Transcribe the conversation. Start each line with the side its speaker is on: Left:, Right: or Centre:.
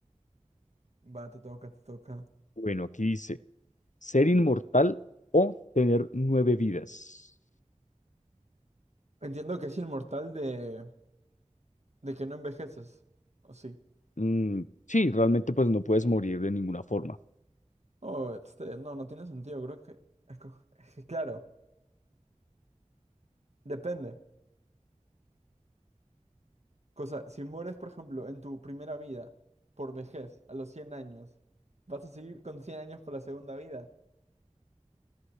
Right: Va, te toca, te toca.
Left: Bueno, aquí dice, ser inmortal o tener nueve vidas.
Right: Entiendo que es inmortal de, de que no envejeces. ¿O sí?
Left: Mm, sí, realmente pues no puedes morir de ninguna forma.
Right: Oh, este, no, no tiene sentido. Creo que... esco- Es que claro, depende. Cosa, si mueres, por ejemplo, en tu primera vida, por vejez, a los 100 años, ¿vas a seguir con 100 años por la segunda vida?